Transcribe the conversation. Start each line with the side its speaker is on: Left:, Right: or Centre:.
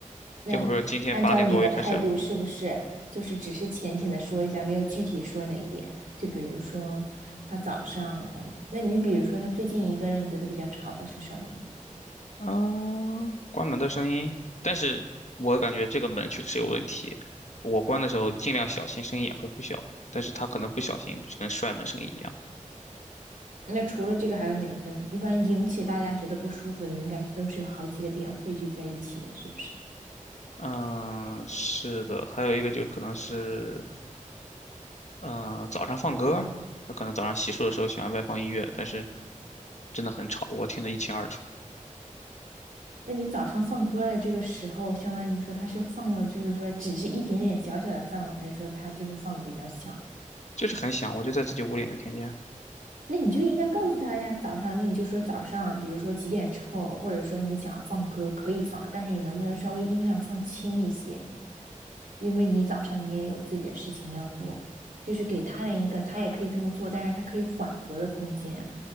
Right: 那按照你的态度，
Left: 就好比说今天八点多又开始
Right: 是不是就是只是浅浅的说一下，没有具体说哪一点？就比如说他早上，那你比如说他最近一个让你觉得比较吵的是什么呢？
Left: 啊，关门的声音，但是我感觉这个门确实有问题。我关的时候尽量小心，声音也会不小，但是他可能不小心就是跟摔门声音一样。
Right: 那除了这个还有哪一个呢？一般引起大家觉得不舒服的，应该都是有好几个点汇聚在一起的，是不是？
Left: 嗯，是的，还有一个就可能是，嗯，早上放歌儿，那可能早上洗漱的时候喜欢外放音乐，但是真的很吵，我听得一清二楚，
Right: 那你早上放歌的这个时候，相当于说他是放了，就是说只是一点点小小的范围，还是说他就是放的比较响？
Left: 就是很响，我就在自己屋里也能听见。
Right: 那你就应该告诉他呀，早上，那你就说早上，比如说几点之后，或者说你想要放歌可以放，但是你能不能稍微音量放轻一些？因为你早上你也有自己的事情要做，就是给他人一个他也可以这么做，但是他可以缓和的空间，